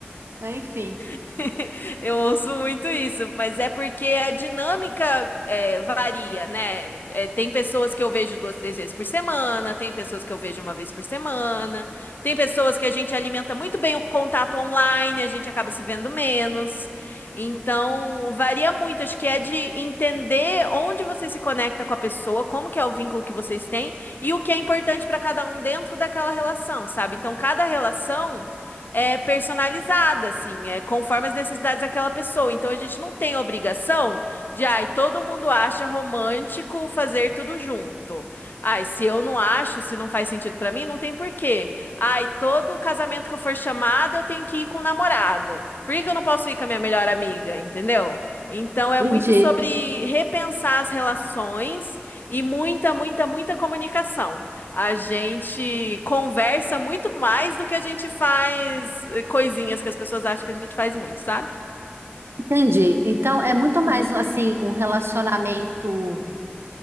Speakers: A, on the right (about 80°); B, on the left (about 55°).
A: Mas, Enfim.
B: <laughs> Eu ouço muito isso, mas é porque a dinâmica é, varia, né? É, tem pessoas que eu vejo duas, três vezes por semana, tem pessoas que eu vejo uma vez por semana, tem pessoas que a gente alimenta muito bem o contato online, a gente acaba se vendo menos. Então, varia muito. Acho que é de entender onde você se conecta com a pessoa, como que é o vínculo que vocês têm e o que é importante para cada um dentro daquela relação, sabe? Então, cada relação é personalizada, assim, é conforme as necessidades daquela pessoa. Então a gente não tem obrigação de, ai, todo mundo acha romântico fazer tudo junto. Ai, se eu não acho, se não faz sentido pra mim, não tem porquê. Ai, todo casamento que eu for chamada, eu tenho que ir com o namorado. Por que que eu não posso ir com a minha melhor amiga, entendeu? Então é
A: Entendi.
B: muito sobre repensar as relações e muita, muita, muita comunicação. A gente conversa muito mais do que a gente faz eh, coisinhas que as pessoas acham que a gente faz muito, sabe?
A: Entendi. Então é muito mais
B: Uhum.
A: assim um relacionamento,